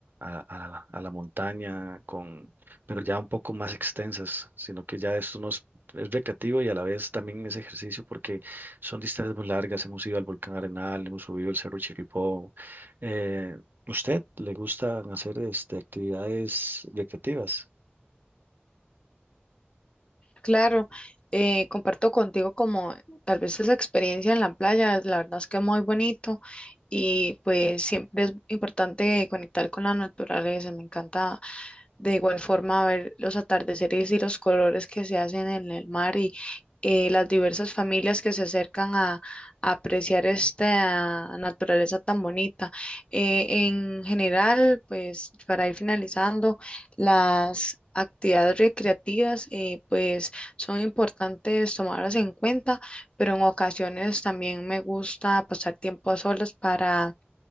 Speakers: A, on the right; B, on the left.
A: a- a la a la montaña con, pero ya un poco más extensas, sino que ya esto no es, es recreativo y a la vez también es ejercicio porque son distancias muy largas. Hemos ido al volcán Arenal, hemos subido el Cerro Chirripó. Eh, ¿usted le gustan hacer este, actividades recreativas?
B: Claro, eh, comparto contigo como tal vez esa experiencia en la playa, la verdad es que es muy bonito y pues siempre es importante conectar con la naturaleza. Me encanta De igual forma, ver los atardeceres y los colores que se hacen en el mar y eh, las diversas familias que se acercan a, a apreciar esta naturaleza tan bonita. Eh, en general, pues para ir finalizando, las actividades recreativas, eh, pues son importantes tomarlas en cuenta, pero en ocasiones también me gusta pasar tiempo a solas para